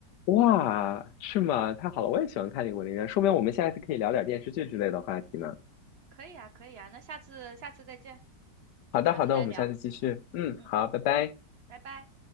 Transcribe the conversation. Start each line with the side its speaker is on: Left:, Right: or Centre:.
Left: 哇，是吗？太好了，我也喜欢看这个文艺片，说明我们下一次可以聊点电视剧之类的话题呢。
Right: 可以啊，可以啊，那下次下次再见，
Left: 好的，
Right: 下次再聊。
Left: 好的，我们下次继续，嗯，
Right: 嗯，
Left: 好，拜拜。
Right: 拜拜。